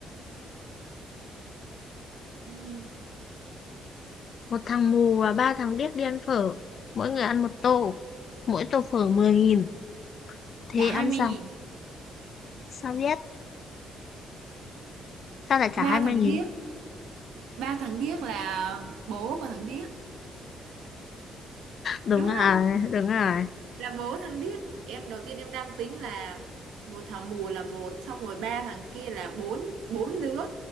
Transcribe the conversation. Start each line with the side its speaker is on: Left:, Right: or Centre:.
Right: ừ.
Left: một thằng mù và ba thằng điếc đi ăn phở mỗi người ăn một tô mỗi tô phở mười nghìn thì
Right: trả hai
Left: ăn
Right: mươi
Left: xong
Right: nghìn
Left: sao biết sao lại trả
Right: ba
Left: hai mươi
Right: tháng
Left: nghìn
Right: tiếp ba thằng Điếc là bố của thằng Điếc
Left: đúng
Right: đúng
Left: rồi
Right: không
Left: đúng rồi
Right: là bố thằng Điếc em đầu tiên em đang tính là một thằng mù là một xong rồi ba thằng kia là bốn bốn đứa